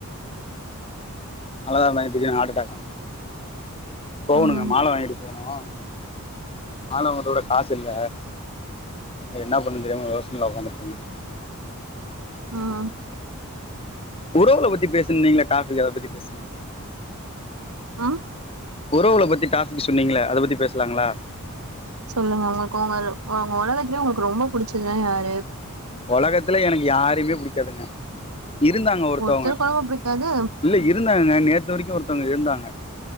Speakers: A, on the left; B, on the right.
A: நல்லாதா இருந்தாங்க திடீர்னு ஹாட்டடாக்கா போகணுங்க
B: ம்
A: மால வாங்கிட்டு போகணு மால வாங்குத்துக்கூட காசு இல்ல என்ன பண்றது தெரியாம யோசனைல உக்காந்துட்ருக்கே மேம்
B: ம்
A: உறவுகல பத்தி பேசுனீங்ளே டாபிக்கு அத பத்தி பேசுங்க
B: அ
A: உறவுகள பத்தி டாபிக்கு சொன்னீங்களே அத பத்தி பேசலாங்களா
B: சொல்லுங்க உங்களுக்கு உங்கள உங்க உலகத்துலியே உங்களுக்கு ரொம்ப புடிச்சதுனா யாரு
A: ஒலகத்துலே எனக்கு யாருமே புடிக்காதுங்க இருந்தாங்க ஒருத்தவங்க
B: ஒருத்தர் கூடவா புடிக்காது
A: இல்ல இரு இருந்தாங்கங்க நேத்து வரிக்கு ஒருத்தவங்க இருந்தாங்க